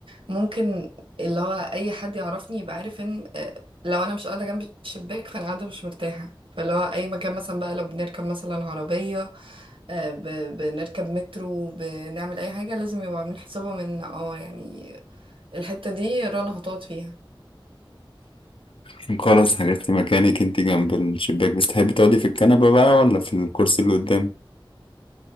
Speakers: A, on the right (about 80°); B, on the left (about 75°).
A: ممكن اللي هو اي حد يعرفني يبقى عارف ان آه، لو انا مش قاعدة جنب الشباك فانا قاعدة مش مرتاحة فاللي هو اي مكان مثلا بقى لو بنركب مثلا عربية آه، ب- بنركب مترو بنعمل اي حاجة لازم يبقوا عاملين حسابهم ان اه يعني الحتة دي رنا هتقعد فيها
B: <laughs> خلاص حجزتي مكانك انت جنب الشباك بس تحبي تقعدي في الكنبة بقى ولا في الكرسي اللي قدام